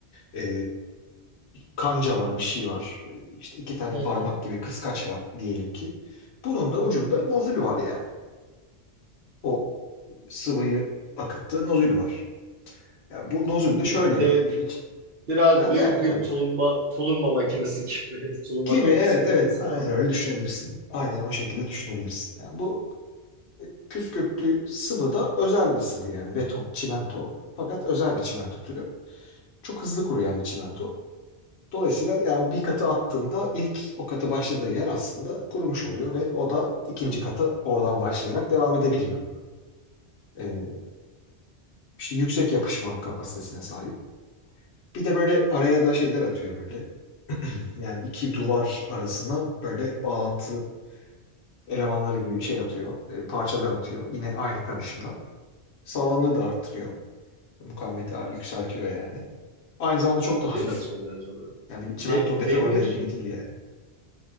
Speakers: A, on the left (about 70°); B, on the right (about 55°).
A: e, kanca var, bir şey var. İşte iki tane
B: Hı hı.
A: parmak gibi kıskaç var diyelim ki. Bunun da ucunda nozül var yani. O sıvıyı akıttığı nozül var. Ya bu nozül
B: <laughs>
A: de şöyle
B: Dev,
A: iç-
B: biraz
A: yani
B: büyük
A: yani evet.
B: bir tulumba tulumba makinesi gibi <laughs> tulumba
A: Gibi
B: tatlısı
A: evet
B: makinesini
A: evet aynen
B: andırıyor.
A: öyle düşünebilirsin. Aynen o şekilde düşünebilirsin. Yani bu Püskürtlü sıvı da özel bir sıvı yani beton, çimento. Fakat özel bir çimento türü. Çok hızlı kuruyan bir çimento. Dolayısıyla yani bir katı attığında ilk o katı başladığı yer aslında kurumuş oluyor ve o da ikinci katı oradan başlayarak devam edebiliyor. Ee, işte yüksek yapışma kapasitesine sahip. Bir de böyle araya da şeyler atıyor böyle. Yani iki duvar arasına böyle bağlantı elemanları gibi şey atıyor, e, parçalar atıyor. Yine aynı karışımdan. Sağlamlığı da arttırıyor. Mukavemeti yükseltiyor yani. Aynı zamanda çok da
B: Şey
A: hafif.
B: nasıl oluyor acaba?
A: Yani bir çimento
B: De-
A: beton
B: demir
A: örme gibi değil yani.